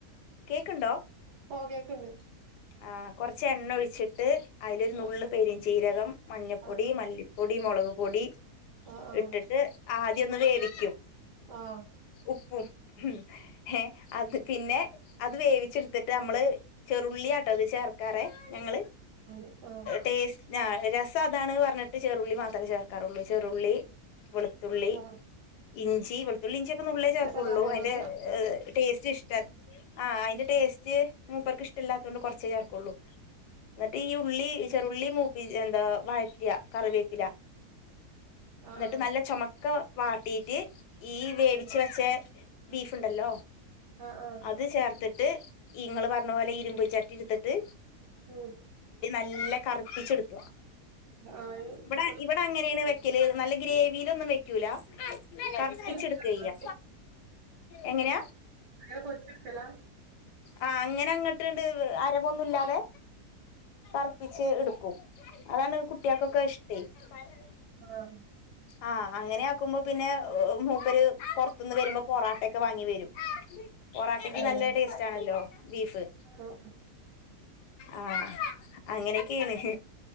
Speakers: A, on the left; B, on the right.
A: കേക്കുണ്ടോ
B: ഓഹ് കേക്ക്ണ്ട്
A: ആഹ് കൊറച്ച് എണ്ണ ഒഴിച്ചിട്ട് അതിലൊരു നുള്ള്
B: ആഹ്
A: പെരി ചീരകം മഞ്ഞപ്പൊടി
B: ആഹ്
A: മല്ലിപ്പൊടി മുളക് പൊടി
B: ആഹ്
A: ഇട്ടിട്ട് ആദ്യം ഒന്ന് വേവിക്കും
B: ആഹ്
A: ഉപ്പും ഉം ഏഹ് അത് പിന്നെ അത് വേവിച്ചെടുത്തിട്ട് നമ്മള് ചെറുള്ളി- ട്ടത് ചേർക്കാറേ ഞങ്ങള്
B: അതെ ആഹ്
A: ടേസ് ഞാ രസം അതാണ് പറഞ്ഞിട്ട് ചെറുള്ളി മാത്രെ ചേർക്കാറുള്ളൂ ചെറുള്ളി വെളു ത്തുള്ളി
B: ആഹ്
A: ഇഞ്ചി വെളുത്തുള്ളി ഇഞ്ചിയൊക്കെ നുള്ളേ ചേർക്കുള്ളൂ
B: രസണ്ടാവുലേ ഒന്നൂടി
A: അതിന്റെ ടേസ്റ്റ് ഇഷ്ടം ആഹ് അയിന്റെ ടേസ്റ്റ് മൂപ്പർക്ക് ഇഷ്ടല്ല തോണ്ട് കൊർച്ചേ ചേർക്കുള്ളൂ എന്നിട്ട് ഈ ഉള്ളി ചെറുള്ളി മൂപ്പി എന്താ വയറ്റിയ കറിവേപ്പില
B: ആഹ്
A: എന്നിട്ട്
B: ആഹ്
A: നല്ല ചമക്ക വാ ട്ടീട്ട് ഈ വേവിച്വെച്ച ബീഫ്ുണ്ടല്ലോ
B: ആഹ് ആഹ്
A: അത് ചേർത്തെട്ട് ഇങ്ങള് പറഞ്ഞ പോലെ ഇരുമ്പ് ചട്ടി എടുത്തിട്ട്
B: ഉം
A: ല്ല കറപ്പിച്ചെടുക്കുക
B: ആഹ്
A: ഇവിടെ
B: ഒരു
A: ഇവിടെ അങ്ങനെയാണ് വ രക്കല് നല്ല ഗ്രേവീലൊന്നും വെക്കൂല കറപ്പിച്ചെടുക്കുവാ
B: പൊരിച്ചെടുക്കലാണോ
A: ചെയ്യാ എങ്ങനെയാ
B: അന കൊറച്ചടുക്കല
A: ആഹ അങ്ങനെ അങ്ങോട്ട്ുണ്ട് അരമൊന്നുമല്ലാതെ കറുപ്പിിച്ചച്ച് എടുക്ക കു അതാണ് കുട്ടികൾക്കൊക്കെ ഇഷ്ടേ പറ <unintelligible>
B: ആഹ
A: ആഹ് അങ്ങനെ ആക്കുമ്പോ പിന്നെ മൂപ്പര് പുറത്തുന്ന് വരുമ്പോ പൊറോട്ടൊക്കെ വാങ്ങി വരും പൊറാട്ടക്ക്
B: ഏഹ്
A: നല്ല ടേസ്റ്റ് ആണല്ലോ ബീഫ്
B: ആഹ്
A: ആഹ അങ്ങനെയൊക്കെയാണ്